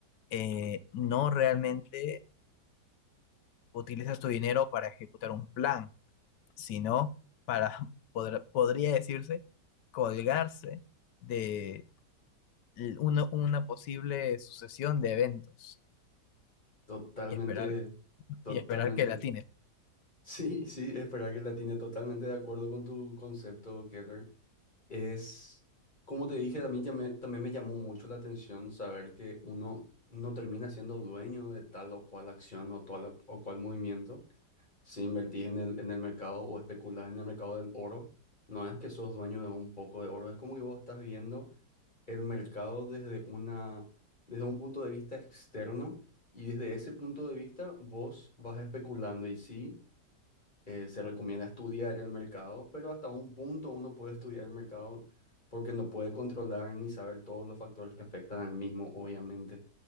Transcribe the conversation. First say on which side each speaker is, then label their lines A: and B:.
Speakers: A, on the left; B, on the left.
A: eh, no realmente utilizas tu dinero para ejecutar un plan, sino para, <laughs> podr- podría decirse, colgarse de l- una, una posible sucesión de eventos
B: Totalmente,
A: y esperar,
B: totalmente.
A: y esperar que la atines.
B: <laughs> Sí, sí, espera que la tiene totalmente de acuerdo con tu concepto, Keller. Es, como te dije, a mí ya me- también me llamó mucho la atención saber que uno no termina siendo dueño de tal o cual acción o tal o cual movimiento. Si invertís en el, en el mercado o especulás en el mercado del oro, no es que sos dueño de un poco de oro, es como que vos estás viendo el mercado desde una, desde un punto de vista externo y desde ese punto de vista vos vas especulando y sí, eh, se recomienda estudiar el mercado, pero hasta un punto uno puede estudiar el mercado porque no puede controlar ni saber todos los factores que afectan al mismo, obviamente.